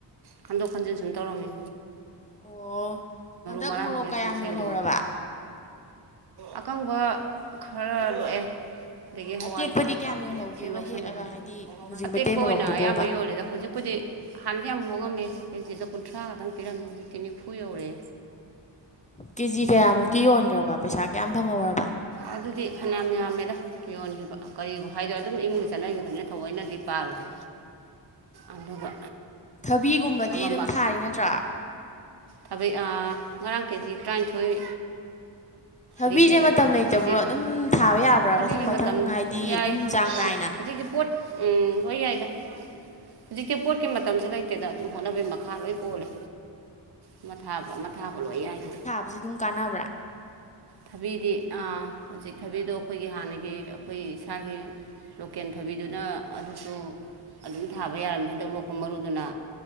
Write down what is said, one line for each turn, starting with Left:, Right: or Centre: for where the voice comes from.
Right: ꯈꯟꯗꯣꯛ ꯈꯟꯖꯤꯟ ꯁꯨꯝ ꯇꯧꯔꯝꯃꯤ
Left: ꯑꯣ ꯍꯟꯗꯛ
Right: ꯃꯔꯥꯡꯁꯤꯡꯁꯦ
Left: ꯃꯣꯔꯣꯛ ꯀꯌꯥꯝ
Right: ꯁꯨꯝ ꯁꯦꯡꯗꯣꯛ
Left: ꯌꯣꯜꯍꯧꯔꯕ
Right: ꯑꯀꯪꯕ ꯈꯔ ꯂꯣꯛꯑꯦ ꯑꯗꯒꯤ
Left: ꯑꯇꯦꯛꯄꯗꯤ
Right: ꯍꯋꯥꯏ
Left: ꯀꯌꯥꯝ ꯌꯣꯜꯍꯧꯒꯦꯕ
Right: ꯁꯤꯡ ꯂꯧꯁꯟꯕꯁꯤꯡ
Left: ꯍꯦꯛꯑꯒ ꯍꯥꯏꯗꯤ ꯍꯧꯖꯤꯛ
Right: ꯑꯇꯦꯛꯄ
Left: ꯃꯩꯇꯩ ꯃꯔꯣꯛꯇꯨꯕꯣꯕ
Right: ꯑꯣꯏꯅ ꯑꯌꯥꯝꯕ ꯌꯣꯜꯂꯤꯗ ꯍꯧꯖꯤꯛꯄꯨꯗꯤ ꯍꯥꯟꯅꯗꯤ ꯌꯥꯝ ꯍꯣꯡꯉꯝꯃꯦ ꯀꯦꯖꯤꯗ ꯀꯨꯟꯊ꯭ꯔꯥꯒꯗꯪ ꯄꯤꯔꯝꯃꯦ ꯍꯧꯖꯤꯛꯇꯤ ꯅꯤꯐꯨ ꯌꯧꯔꯦ
Left: ꯀꯦꯖꯤ ꯀꯌꯥꯃꯨꯛꯛꯇꯤ ꯌꯣꯟꯈ꯭ꯔꯕ ꯄꯩꯁꯥ ꯀꯌꯥꯝ ꯐꯪꯍꯧꯔꯕ
Right: ꯑꯗꯨꯗꯤ ꯐꯅꯌꯥꯝ ꯌꯥꯝꯃꯦꯗ ꯌꯣꯟꯈꯤꯕ ꯀꯔꯤꯕꯨ ꯍꯥꯏꯗꯣꯏ ꯑꯗꯨꯝ ꯏꯃꯨꯡꯒꯤ ꯆꯠꯅꯈꯤꯕꯅꯤꯅ ꯊꯑꯣꯏꯅꯗꯤ ꯄꯥꯔꯨꯗꯦ ꯑꯗꯨꯒ
Left: ꯊꯕꯤꯒꯨꯝꯕꯗꯤ
Right: ꯑꯃ
Left: ꯑꯗꯨꯝ ꯊꯥꯔꯤ ꯅꯠꯇ꯭ꯔꯥ
Right: ꯊꯥꯕꯩ ꯉꯔꯥꯡ ꯀꯦꯖꯤ ꯇꯔꯥꯅꯤꯊꯣꯏ
Left: ꯊꯕꯤꯁꯦ
Right: ꯗꯤ ꯍꯦꯛꯑꯦ
Left: ꯃꯇꯝ ꯂꯩꯇꯕ꯭ꯔꯣ
Right: ꯃꯁꯤ ꯐꯩ
Left: ꯑꯗꯨꯝ ꯊꯥꯕ ꯌꯥꯕ꯭ꯔꯥ
Right: ꯊꯕꯤꯒꯤ
Left: ꯃꯊꯪ ꯃꯊꯪ
Right: ꯃꯇꯝ
Left: ꯍꯥꯏꯗꯤ
Right: ꯌꯥꯏ
Left: ꯑꯗꯨꯝ ꯆꯥꯡ
Right: ꯃꯇꯝ
Left: ꯅꯥꯏꯅ
Right: ꯍꯧꯖꯤꯛꯇꯤ ꯄꯣꯠ ꯎꯝ ꯂꯣꯏ ꯌꯥꯏꯗ ꯍꯧꯖꯤꯛꯀꯤ ꯄꯣꯠꯀꯤ ꯃꯇꯝꯁ ꯂꯩꯇꯦ ꯀꯦꯗ ꯑꯗꯨꯝ ꯍꯣꯠꯅꯕꯩ ꯃꯈꯥ ꯂꯣꯏ ꯄꯣꯜꯂꯦ ꯑꯃ ꯊꯥꯕ ꯑꯃ ꯊꯥꯕ ꯂꯣꯏ ꯌꯥꯏꯗ
Left: ꯍꯧ ꯑꯗꯨꯝ ꯀꯥꯟꯅꯕ꯭ꯔꯥ
Right: ꯊꯕꯤꯗꯤ ꯍꯧꯖꯤꯛ ꯊꯕꯤꯗꯣ ꯑꯩꯈꯣꯏꯒꯤ ꯍꯥꯟꯅꯒꯤ ꯑꯩꯈꯣꯏ ꯏꯁꯥꯒꯤ ꯂꯣꯀꯦꯜ ꯊꯕꯤꯗꯨꯅ ꯑꯗꯨꯁꯨ ꯑꯗꯨꯝ ꯊꯥꯕ ꯌꯥꯔꯅꯤ ꯍꯟꯗꯛ ꯂꯣꯛꯄ ꯃꯔꯨꯗꯨꯅ